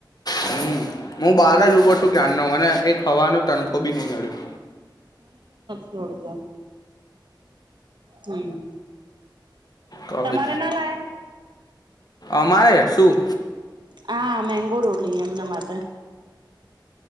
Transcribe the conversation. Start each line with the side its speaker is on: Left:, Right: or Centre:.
Left: હમ હું બાર જ ઉભો છું ક્યારનો મને એક હવાનો તણખો તો બી નહીં અડ્યો
Right: જડતો હમ
Left: કવિ
Right: તે તમારે ના લાયા
Left: અમારે શું
Right: હા મેંગ બો રોલી એમના માટે